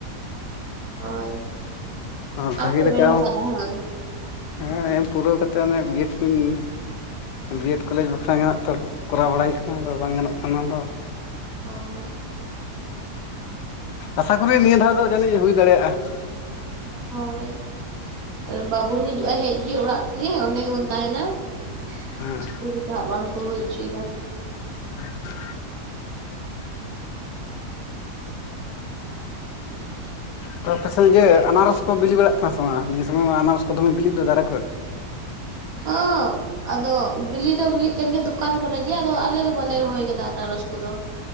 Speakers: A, on the right; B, on the left.
A: ᱟᱨ
B: ᱚ
A: ᱟᱢ
B: ᱵᱷᱟᱹᱜᱤ
A: ᱫᱚᱢ
B: ᱞᱮᱠᱟ
A: ᱮᱢ ᱟᱠᱟᱫᱟ ᱦᱟᱸᱜ
B: ᱦᱮᱸ ᱮᱢ ᱯᱩᱨᱟᱹᱣ ᱠᱟᱛᱮᱫ ᱚᱱᱮ ᱵᱤᱼᱮᱰ ᱠᱚᱧ ᱵᱤᱼᱮᱰ ᱠᱚᱞᱮᱡᱽ ᱵᱟᱠᱷᱨᱟ ᱱᱟᱜ ᱛᱚ ᱠᱚᱨᱟᱣ ᱵᱟᱲᱟᱭ ᱠᱟᱱᱟ ᱟᱫᱚ ᱵᱟᱝ ᱜᱟᱱᱚᱜ ᱠᱟᱱᱟᱫᱚ
A: ᱚ
B: ᱟᱥᱟ ᱠᱚᱨᱤ ᱱᱤᱭᱟᱹ ᱫᱷᱟᱣ ᱫᱚ ᱡᱟᱹᱱᱤᱡ ᱦᱩᱭ ᱫᱟᱲᱮᱭᱟᱜᱼᱟ ᱾
A: ᱦᱳᱭ ᱵᱟᱵᱚᱱ ᱦᱤᱡᱩᱜᱼᱟ ᱦᱮᱡᱜᱮ ᱚᱲᱟᱜ ᱜᱮ ᱚᱱᱰᱮ ᱜᱮᱵᱚᱱ ᱛᱟᱦᱮᱱᱟ ᱾
B: ᱦᱮᱸ
A: ᱪᱮᱞᱮᱠᱟ ᱵᱟᱝᱠᱚ ᱦᱚᱪᱚᱭ ᱫᱟ ᱾
B: <unintelligible>
A: <inaudible>
B: ᱛᱚ ᱟᱯᱮᱥᱮ ᱤᱭᱟᱹ ᱟᱱᱟᱨᱚᱥ ᱠᱚ ᱵᱤᱞᱤ ᱵᱟᱲᱟᱜ ᱠᱟᱱᱟ ᱥᱮ ᱵᱟᱝ? ᱱᱤᱭᱟᱹ ᱥᱚᱢᱚᱭ ᱢᱟ ᱟᱱᱟᱨᱚᱥ ᱠᱚ ᱫᱚᱢᱮ ᱵᱤᱞᱮᱫᱫᱟ ᱫᱟᱨᱮ ᱠᱷᱚᱨᱮ ᱾
A: ᱚᱻ ᱟᱫᱚ ᱵᱤᱞᱤ ᱫᱚ ᱵᱤᱞᱤᱜ ᱠᱟᱱ ᱜᱮᱭᱟ ᱫᱚᱠᱟᱱ ᱠᱚᱨᱮᱜᱮ ᱟᱫᱚ ᱟᱞᱮ ᱫᱚ ᱵᱟᱞᱮ ᱨᱚᱦᱚᱭ ᱟᱠᱟᱫᱟ ᱟᱱᱟᱨᱚᱥ ᱠᱚᱫᱚ ᱾